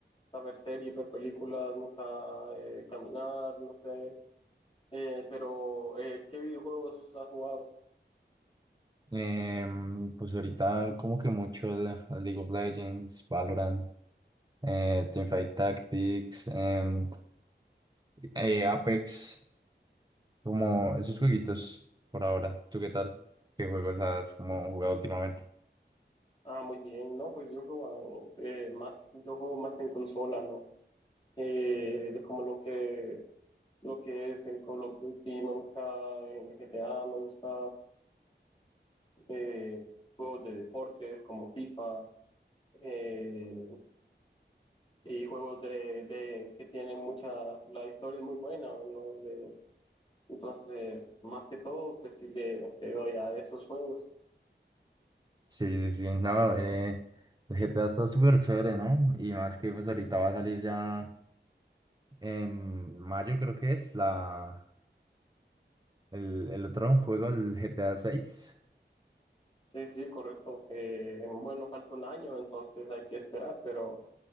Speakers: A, on the left; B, on the right.
A: saber series, ver películas, me gusta eh, caminar, no sé. Eh, pero, eh, ¿qué videojuegos has jugado?
B: Em, pues ahorita como que mucho de- League of Legends, Valorant, eh, Teamfight Tactics, em, eh, Apex. Como esos jueguitos por ahora. ¿Tú qué tal? ¿Qué juegos has como jugado últimamente?
A: Ah, muy bien. No, pues yo he jugado eh, más, yo juego más en consola, ¿no? eh, de como lo que, lo que es en Call of Duty, me gusta en GTA, me gusta eh, juegos de deportes como FIFA eh, y juegos de, de- que tienen mucha, la historia es muy buena, ¿no? De- entonces, más que todo, pues sí le, le doy a esos juegos.
B: Sí, sí, sí. No, eh, el GTA está súper chévere, ¿no? Y más que pues ahorita va a salir ya en mayo, creo que es, la el, el otro juego, el GTA seis.
A: Sí, sí, correcto. Eh, bueno, falta un año, entonces hay que esperar, pero